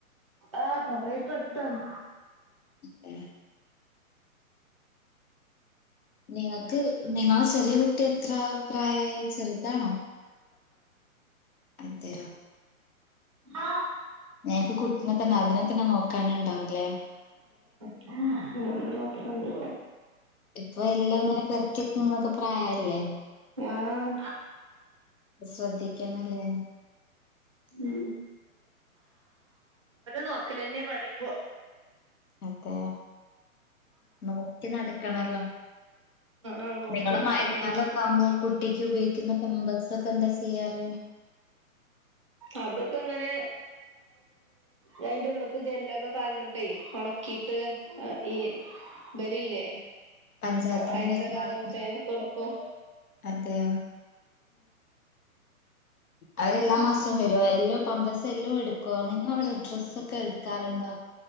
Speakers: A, on the right; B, on the left.
A: ആ കുറേ ഒക്കെ അടുത്താണ്
B: ആ നിങ്ങക്ക് നിങ്ങൾ ചെറിയ കുട്ടി എത്ര പ്രായമായി ചെറുതാണോ അതെയോ
A: ആ
B: ഞങ്ങക്ക് കുട്ടിനെ തന്നെ അതിനെ തന്നെ നോക്കാന ഇണ്ടാവൂലേ
A: ഉം നോക്കണ്ട്
B: അപ്പൊ എല്ലാം ഇങ്ങനെ പെറക്കി എന്നൊക്കെ പ്രായല്ലേ
A: ആഹ്
B: ശ്രദ്ധിക്കണല്ലേ
A: നെ നോക്കലെന്നെ പണിപ്പോ
B: അതെ നോക്കി നടക്കണല്ലോ
A: ആഹ് നോക്കി
B: നിങ്ങള്
A: എടുക്കണേ
B: മഴക്കാലൊക്കെ ആമ്പോ കുട്ടിക്ക് ഉപയോഗിക്കുന്ന പ്ലമ്പേഴ്സൊക്കെ എന്താ ചെയ്യാറ്
A: അതൊക്കെ ഇങ്ങനെ അതിന്റെ ഉള്ളത്തെ ജെല്ലൊക്കെ കൾഞ്ഞ്ട്ടേ ഉണക്കിയിട്ട് ഈ ബല് ല്ലേ
B: പഞ്ചായത്തിന്ന്
A: ഹരിത
B: വരുന്ന
A: കാർമസേനക്കടുക്കും
B: അതെ അവരെല്ലാ മാസവും വ രൊ എല്ലോ പമ്പസ് എല്ലോ എടുക്കോ നിങ്ങളവിടെ ഡ്രസ്സ ഒക്കെ എടുക്കാറുണ്ടോ